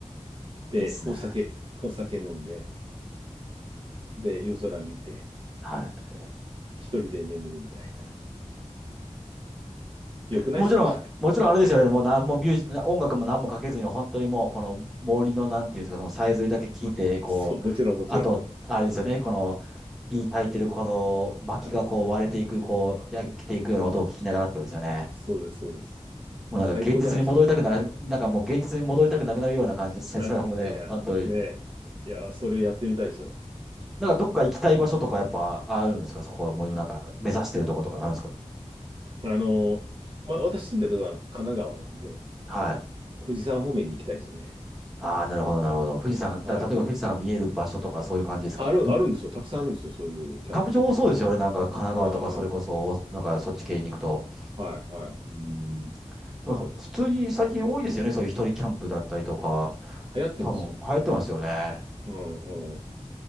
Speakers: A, on the right; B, in the centre.
A: で、
B: いいっすね。
A: お酒、お酒飲んで、で、夜空見て、
B: はい。
A: 一人で眠るみたいな。よくないですか
B: もちろん、もちろんあれですよね。もう何もミュージ、音楽も何もかけずに、本当にもうこの森のなんていうんですか、そのさえずりだけ聞いて、
A: <laughs>
B: こう、
A: そう、もちろんもちろん。
B: あと、あれですよね。この、いい炊いてるこの薪がこう割れていく、
A: はい。
B: こう焼けていくような音を聞きながらってことですよね。
A: そうです、そうです。
B: もうなんか現実に戻りたくなる、
A: 最高じゃないですか。
B: なんかもう現実に戻りたくなくなるような感じです。
A: な、
B: それもね、
A: いやいや、
B: 本当に。
A: ねえ。いや、それやってみたいですよ。
B: なんかどっか行きたい場所とかやっぱあるんですかそこはもう今なんか目指してるとことかあるんですか
A: あの、まあ、私住んでるのは神奈川なんで、
B: はい。
A: 富士山方面に行きたいですよね。
B: ああ、なるほど、なるほど。富士山が、
A: はい。
B: だ、例えば富士山が見える場所とかそういう感じですか。
A: ある、
B: でも
A: あるんですよ。たくさんあるんですよ。そういうキャンプ場が。
B: キャンプ場多そうですよね。なんか神奈川とかそれこそ、
A: うんうん。
B: なんかそっち系に行くと。
A: はいはい。
B: うん。でも普通に最近多いですよね。そういう一人キャンプだったりとか。
A: 流行ってますよ。
B: 多分流行ってますよね。
A: うんうん。